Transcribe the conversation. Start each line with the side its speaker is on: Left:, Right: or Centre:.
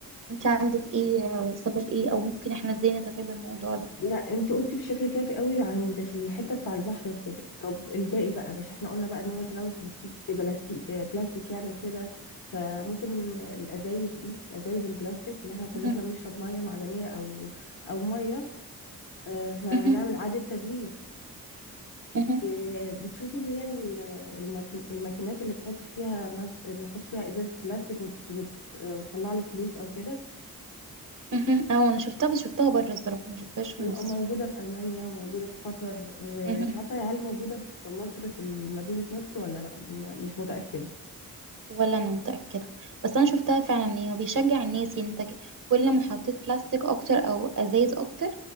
Right: انت عندك ايه آه، سبب ايه او ممكن احنا ازاي نتفادى الموضوع ده
Left: لا
Right: <laughs>
Left: انت قلتي بشكل كافي قوي عند في الحته بتاع البحر وكده طب الباقي بقى مش احنا قلنا بقى ان هو تلوث بلاستيك بلاستيك آه، بلاستيك يعني وكده فممكن الازايز دي الازايز البلاستيك اللي احنا كلنا
Right: مهم.
Left: بنشرب ميه معدنيه او او ميه آه، فنعمل
Right: مهم.
Left: اعاده تدوير
Right: مهم.
Left: وبتشوفي اللي هي ال- الماكين الماكينات اللي بتحط فيها مس... بتحط فيها ازازه بلاستيك وت... وت... وتطلع لك فلوس او كده
Right: مهم. مهم. اه انا شفتها بس شفتها بره الصراحة ما شفتهاش في
Left: موجودة
Right: مصر
Left: في ألمانيا وموجودة في قطر ومش
Right: <laughs>
Left: عارفة هل موجودة في مصر في مدينة نصر ولا لأ م- مش متأكدة
Right: ولا انا متاكده بس انا شفتها فعلا ان هي بيشجع الناس يعني انت ك- كل ما حطيت بلاستيك اكتر او ازايز اكتر